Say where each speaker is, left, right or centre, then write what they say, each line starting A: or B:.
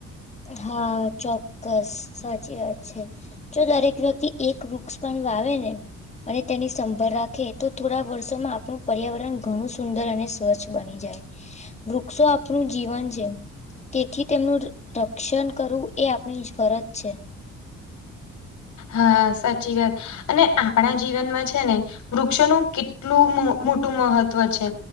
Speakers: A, on the left; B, on the left.
A: હા ચોક્કસ સાચી વાત છે જો દરેક વ્યક્તિ એક. વૃક્ષ પણ વાવે ને અને તેની સંભર રાખે. તો થોડા વર્ષોમાં આપણું પર્યાવરણ ઘણું સુંદર અને સ્વચ્છ બની જાય. વૃક્ષો આપનુંું જીવન છે તેથી તેમનું. શિક્ષણ કરવું એ આપણી ફરજ છે.
B: હા સાચી વાત. અને આપણા જીવનમાં છે ને વૃક્ષોનું કેટલું મોટું મહત્વ છે.